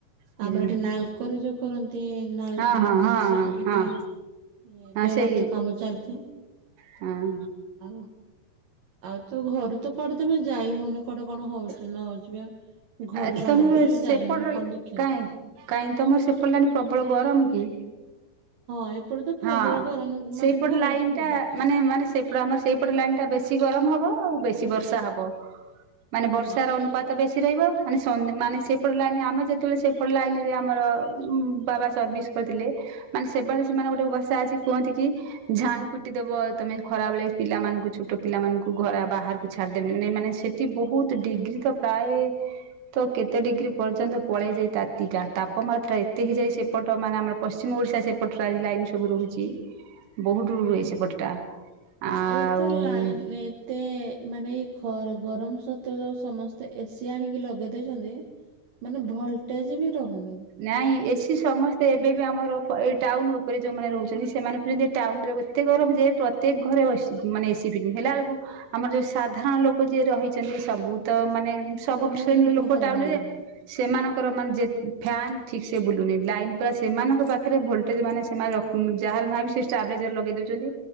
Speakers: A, on the right (about 75°); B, on the right (about 60°).
A: ହୁଁ
B: ଆମର ଏଠି ନାଲକୋରେ ଯୋଉ କରନ୍ତି ନାଳ୍
A: ହଁ ହଁ ହଁ
B: ସେଠି
A: ହଁ ହଁ
B: ବିି ଏ
A: ହଁ
B: ପେ
A: ସେଇ
B: ରଥ କାମ ଚାଲଚି।
A: ହଁ।
B: ଆଉ ଆଉ ତ ଘରୁ ତ କୁଆଡ଼େ ତ ଏବେ ଯାଇ ହଉନି କୁଆଡ଼େ କଣ ହଉଚି ନ ହଉଚି ବା ଘରୁ
A: ଆ ଏ
B: ବାହାରିକି
A: ତମର
B: ବି
A: ସେପଟ
B: ଯାଇ ହଉନି କଣ ଦେଖିବା
A: କାଇଁ କାଇଁ ତମର ସେପଟ ଲାଇନ୍ ପ୍ରବଳ ଗରମ କି?
B: ହଁ ଏପଟେ ତ ପ୍ରବଳ
A: ହଁ
B: ଗରମ ମାନେ
A: ସେଇପଟ
B: ବହୁତ
A: ଲାଇନ ଟା
B: ଗରମ।
A: ମାନେ ମାନେ ସେପଟ ଆମର ସେଇ ପଟ ଲାଇନ୍ ଟା ବେଶୀ ଗରମ ହବ ଆଉ ବେଶୀ ବର୍ଷା ହବ। ମାନେ
B: ହୁଁ।
A: ବର୍ଷାର ଅନୁପାତ ବେଶୀ ରହିବ। ମାନେ ସନ୍ ମାନେ ସେଇପଟ ଲାଇନ୍ ଆମେ ଯେତୋଳେ ସେଇପଟ ଲାଇନ୍ ରେ ଆମର ବାବା ସର୍ଭିସ୍ କରିଥିଲେ ମାନେ ସେ ବେଳେ ସେମାନେ ଗୋଟେ ଉ ଭାଷା ଅଛି କୁହନ୍ତି କି ଝାଉଁ ପିଟିଦବ ତମେ ଖରାବେଳେ ପିଲାମାନଙ୍କୁ ଛୋଟ ପିଲାମାନଙ୍କୁ ଘରା ବାହାରୁକୁ ଛାଡିଦେବେନି ମାନେ ଏମାନେ ସେ ତି ବହୁତ୍ ଡିଗ୍ରୀ ତ ପ୍ରାଏ ତ କେତେ ଡିଗ୍ରୀ ପର୍ଯ୍ୟନ୍ତ ପଳେଇଯାଏ ତାତିକା ତାପମାତ୍ରା ଏତେ ହେଇଯାଏ ସେପଟ ମାନେ ଆମର ପଶ୍ଚିମ ଓଡ଼ିଶା ସେ ପଟ ରାଏ ଲାଇନ ସବୁ ରହୁଛି ବହୁଟୁ ରୁହେ ସେପଟଟା। ଆଉ
B: ଏବେ ତ ଲାଇନ ଲେ ତେ ମାନେ ଏଇ ଖର ଗରମ ସତ ଯୋଉ ସମସ୍ତେ ଏସିି ଆଣିକି ଲଗେଇ ଦେଇଛନ୍ତି। ମାନେ ଭଲଟେଜ୍ ବି ରହୁନି।
A: ନାଇଁ ଏସି ସମସ୍ତେ ଏବେ ବି ଆମର ଓପ ଏ ଟାଉନ ଉପରେ ଯୋଉମାନେ ରହୁଚ଼ନ୍ତି ସେମାନେ <unintelligible> ଟାଉନ ରେ ଏତେ ଗରମ ଯେ ପ୍ରତ୍ୟେକ ଘରେ ଓଏସି ମାନେ ଏସି ଫିଟ୍ ହେଲା ଏଳୁକୁ ଆମର ଯୋଉ ସାଧାରଣ ଲୋକ ଯିଏ ରହିଚ଼ନ୍ତି ସବୁ ତ ମାନେ ସବୁପ୍
B: ସେମାନେ
A: ଶ୍ରେଣୀର
B: ବହୁତ
A: ଲୋକ
B: ହଇରାଣ
A: ଟାଉନ
B: ହଉଛନ୍ତି।
A: ରେ ସେମାନଙ୍କର ମାନେ ଯେ ଫ୍ୟାନ୍ ଠିକ୍ ସେ ବୁଲୁନି ଲାଇନ୍ ପୁରା ସେମାନଙ୍କ ପାଖରେ ଭୋଲ୍ଟେଜ ମାନେ ସେମାନେ ରଖୁନ୍ ଯାହାର ନାଇଁ ବି ସେ ଚାବ୍ଲେଜର ଲଗେଇ ଦଉଚ଼ନ୍ତି।